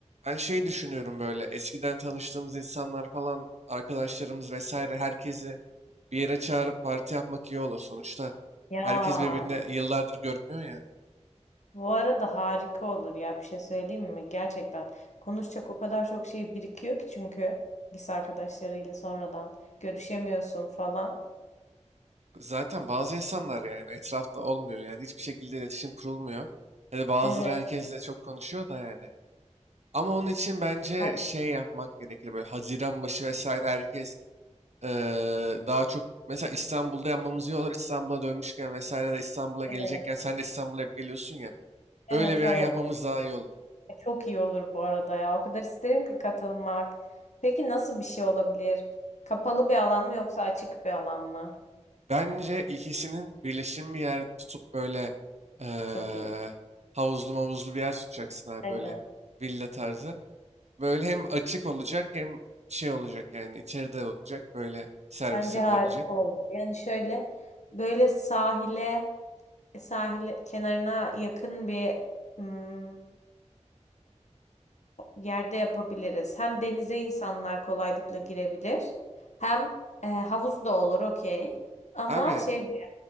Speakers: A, on the right; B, on the left.
A: Ben şey düşünüyorum böyle eskiden tanıştığımız insanlar falan arkadaşlarımız vesaire herkesi bir yere çağırıp parti yapmak iyi olur. Sonuçta
B: Ya
A: herkes birbirine yıllardır görmüyor ya.
B: bu arada harika olur ya bir şey söyleyeyim mi? Gerçekten konuşacak o kadar çok şey birikiyor ki çünkü lise arkadaşlarıyla sonradan görüşemiyorsun falan.
A: Zaten bazı insanlar yani etrafta olmuyor yani hiçbir şekilde iletişim kurulmuyor. Hani bazıları
B: Evet.
A: herkesle çok konuşuyor da yani. Ama onun için bence
B: Aynen
A: şey yapmak gerekir böyle Haziran başı vesaire herkes eee, daha çok mesela İstanbul'da yapmamız iyi olur. İstanbul'a dönmüşken vesaire de İstanbul'a
B: evet.
A: gelecekken sen de İstanbul'a hep geliyorsun ya.
B: Evet
A: Öyle bir
B: evet.
A: an yapmamız daha iyi olur.
B: E, Çok iyi olur bu arada ya. O kadar isterim ki katılmak. Peki nasıl bir şey olabilir? Kapalı bir alan mı yoksa açık bir alan mı?
A: Bence ikisinin birleşimi bir yer tutup böyle eee
B: Çok iyi.
A: havuzlu mavuzlu bir yer tutacaksın abi
B: Aynen.
A: böyle villa tarzı. Böyle hem açık olacak hem şey olacak yani içeride olacak böyle servis
B: Bence
A: yapılabilecek.
B: harika olur. Yani şöyle böyle sahile sahil kenarına yakın bir mm, yerde yapabiliriz. Hem denize insanlar kolaylıkla girebilir. Hem e, havuz da olur okey. Ama
A: Abi
B: şey diye,